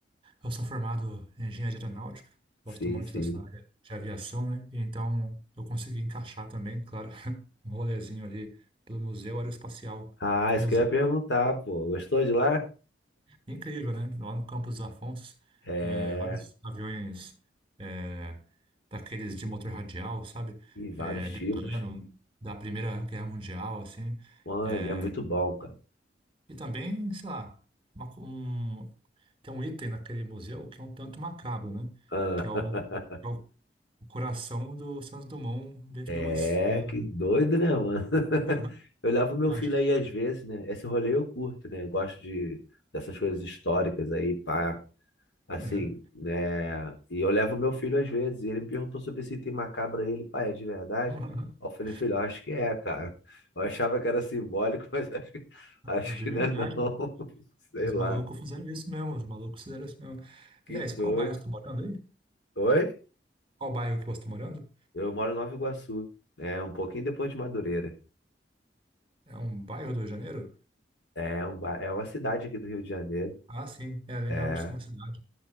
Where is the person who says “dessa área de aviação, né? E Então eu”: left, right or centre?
Right